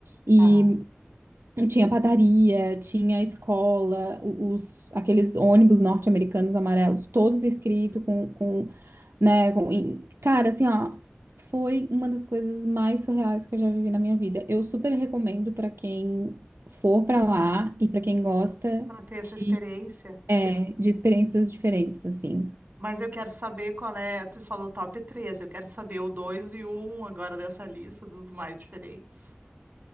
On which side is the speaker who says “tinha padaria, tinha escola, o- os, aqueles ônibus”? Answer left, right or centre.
Right